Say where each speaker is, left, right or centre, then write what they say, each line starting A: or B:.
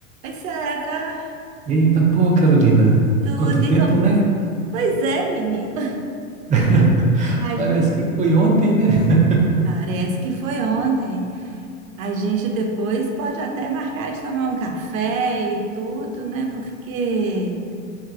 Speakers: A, on the right; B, on the right.
A: Oi, César,
B: Eita, boa, Carolina.
A: tudo
B: Quanto
A: e
B: tempo,
A: como...
B: né?
A: Pois é, menino.
B: <laughs>
A: A
B: Parece
A: gente...
B: que foi ontem, né? <laughs>
A: Parece que foi ontem. A gente depois pode até marcar de tomar um café e tudo, né? Porque